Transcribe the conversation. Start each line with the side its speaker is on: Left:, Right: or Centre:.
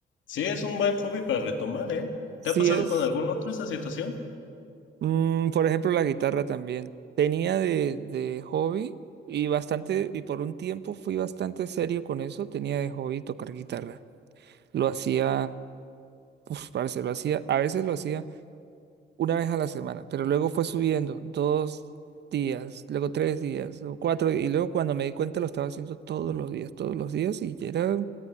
Left: Sí, es un buen hobby para retomar, ¿eh?
Right: Sí
Left: ¿Te ha pasado
Right: es.
Left: con algún otro esa situación?
Right: Mm, por ejemplo, la guitarra también. Tenía de, de hobby y bastante, y por un tiempo fui bastante serio con eso. Tenía de hobby tocar guitarra. Lo hacía, uf, parce, lo hacía, a veces lo hacía una vez a la semana, pero luego fue subiendo dos días, luego tres días, luego cuatro, y luego cuando me di cuenta lo estaba haciendo todos los días, todos los días, y ya era,